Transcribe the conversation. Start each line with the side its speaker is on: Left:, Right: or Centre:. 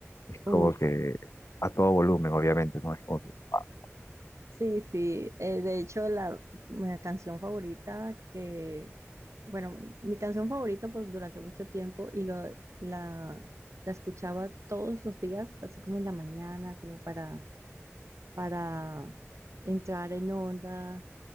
Left: Es como
Right: Uy,
Left: que a todo volumen, obviamente, ¿no? Es como que, ah,
Right: sí, sí. eh, de hecho, la, mi canción favorita que, bueno, mi canción favorita pues durante mucho tiempo y lo, la, la escuchaba todos los días, así como en la mañana, como para para entrar en onda.